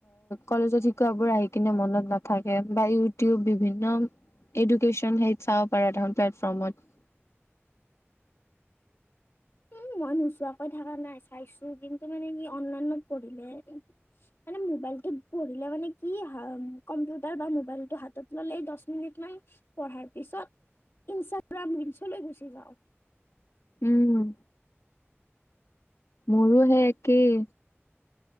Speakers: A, on the left (about 85°); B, on the left (about 60°).
A: কলেজত শিকোৱাবোৰ আহি কিনে মনত নাথাকে, বা ইউটিউব বিভিন্ন এডুকেশ্যন হেইত চাব পৰা দেখোন প্লেটফৰ্মত।
B: উম মই নোচোৱাকৈ থকা নাই চাইছো কিন্তু মানে কি অনলাইনত পঢ়িলে মানে মোবাইলটোত পঢ়িলে মানে কি হা, কম্পিউটাৰ বা মোবাইলটো হাতত ল'লে দচ মিনিটমান পঢ়াৰ পিছত, ইনচাগ্ৰাম ৰিলচলৈ গুচি যাওঁ।
A: উম, মোৰো সেই একেই।